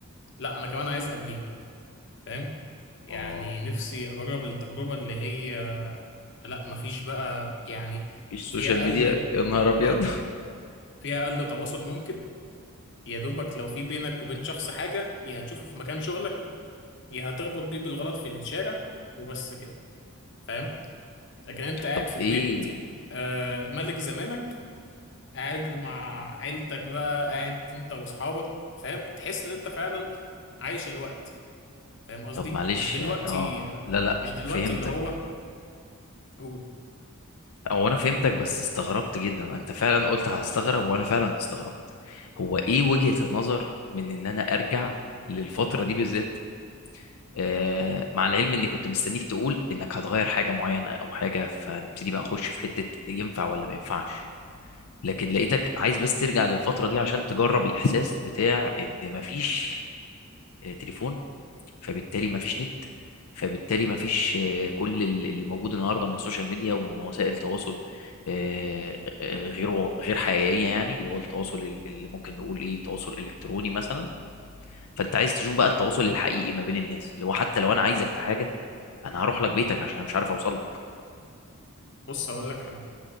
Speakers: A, on the left (about 55°); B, on the left (about 90°).
A: لا انا كمان عايز قبليه فاهم يعني
B: اه
A: نفسي اجرب التجربه اللي هي لا مفيش بقى يعني
B: مفيش
A: في
B: سوشيال
A: اقل
B: ميديا يا نهار ابيض
A: اه
B: <laughs>
A: في اقل تواصل ممكن يا دوبك لو في بينك وبين شخص حاجة يا هتشوفه في مكان شغلك يا هتربط بيه بالغلط في الشارع وبس كده فاهم لكن انت قاعد
B: طب
A: في البيت
B: ايه
A: آه ملك زمانك قاعد مع عيلتك بقى قاعد انت واصحابك فاهم تحس ان انت فعلا عايش الوقت فاهم قصدي
B: طب معلش
A: مش دلوقتي
B: يعني اه
A: آه،
B: لا لا
A: مش دلوقتي
B: فهمتك
A: اللي هو قول
B: او انا فهمتك بس استغربت جدا انت فعلا قلت هستغرب وانا فعلا استغربت هو ايه وجهة النظر من ان انا ارجع للفترة دي بالذات آه مع العلم اني كنت مستنيك تقول انك هتغير حاجة معينة او حاجة فنبتدي بقى نخش في حتة ينفع ولا ما ينفعش لكن لقيتك عايز بس ترجع للفترة دي عشان تجرب الإحساس بتاع إن مفيش آه، تليفون فبالتالي مفيش نت فبالتالي مفيش آه، كل ال- اللي موجود النهاردة من سوشيال ميديا ومن وسائل تواصل آه، آه، غير وا- غير حقيقية يعني اللي هو التواصل ال- اللي ممكن نقول إيه تواصل إلكتروني مثلا فأنت عايز تشوف بقى التواصل الحقيقي ما بين الناس اللي هو حتى لو أنا عايزك في حاجة أنا هروح لك بيتك عشان أنا مش عارف أوصل لك
A: بص هقول لك حاجة